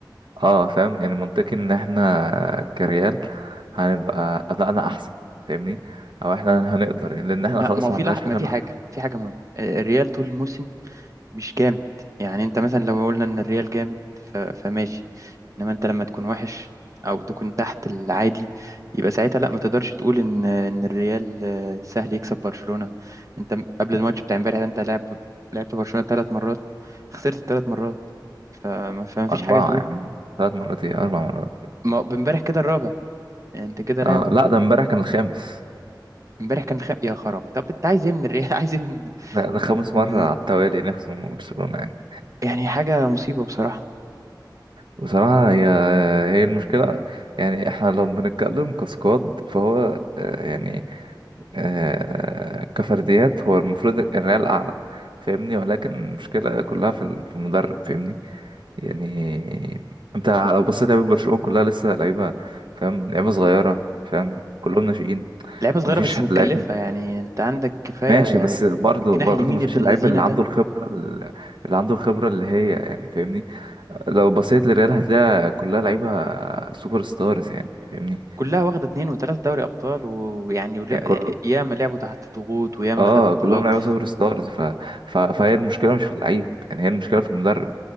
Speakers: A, on the right; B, on the right.
A: اه فاهم يعني منطقي ان احنا كريال هنبقى ادائنا احسن فاهمني او احنا هنقدر لان احنا
B: لا
A: خلاص
B: ما هو
A: ما
B: في
A: عندناش
B: لح...
A: حاجة
B: ما في
A: نخ...
B: حاجه في حاجه مهمه آه، الريال طول الموسم مش جامد يعني انت مثلا لو قلنا ان الريال جامد ف- فماشي انما انت لما تكون وحش او تكون تحت العادي يبقى ساعتها لا ما تقدرش تقول ان ان الريال آه، سهل يكسب برشلونة انت م- قبل الماتش بتاع امبارح ده انت لعب لعبت برشلونة ثلاث مرات خسرت ثلاث مرات فما فما فيش
A: اربعة
B: حاجة تقول
A: يعني ثلاث مرات ايه اربع مرات
B: ما امبارح كده الرابع يعني انت كده لاعب
A: اه لا ده امبارح كان الخامس
B: امبارح كان خ... يا خراب طب انت عايز ايه من الريال <laughs> عايز ايه من
A: ده, ده خامس
B: من
A: مرة على التوالي نخسر من برشلونة يعني
B: يعني حاجة مصيبة بصراحة
A: بصراحة هي هي المشكلة يعني احنا لو بنتكلم كسكواد فهو آه، يعني آه، كفرديات هو المفروض الريال أعلى فاهمني ولكن المشكلة كلها في ال- في المدرب فاهمني يعني انت لو بصيت لعيبة برشلونة كلها لسه لعيبة فاهم لعيبة صغيرة فاهم كلهم ناشئين
B: لعيبه صغيره
A: مفيش
B: بس متكلفه
A: لعيب
B: يعني انت عندك كفايه
A: ماشي بس برضه
B: الجناح
A: برضه
B: اليمين
A: مفيش
B: ابن
A: اللعيب
B: اللذينه
A: اللي
B: ده
A: عنده الخبرة ال- اللي عنده الخبرة اللي هي يعني فاهمني لو بصيت للريال هتلاقي كلها لعيبة سوبر ستارز يعني فاهمني
B: كلها واخده اتنين وتلاته دوري ابطال ويعني ولا-
A: كل
B: ياما لعبوا تحت ضغوط وياما
A: اه
B: خدوا بطولات
A: كلهم لعيبة سوبر ستارز ف... ف... فهي المشكلة مش في اللعيب يعني هي المشكلة في المدرب